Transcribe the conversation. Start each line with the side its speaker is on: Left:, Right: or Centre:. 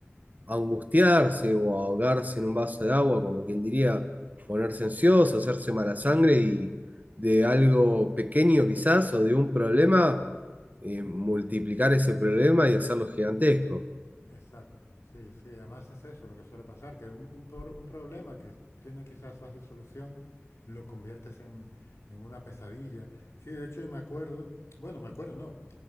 Right: angustiarse o ahogarse en un vaso de agua, como quien diría, ponerse ansioso, hacerse mala sangre y de algo pequeño quizás o de un problema, eh, multiplicar ese problema y hacerlo gigantesco.
Left: Exacto, sí, sí, además es eso lo que suele pasar, que un, un pro- un problema que tiene quizás fácil solución lo conviertes en, en una pesadilla. Sí, de hecho yo me acuerdo, bueno, me acuerdo, no,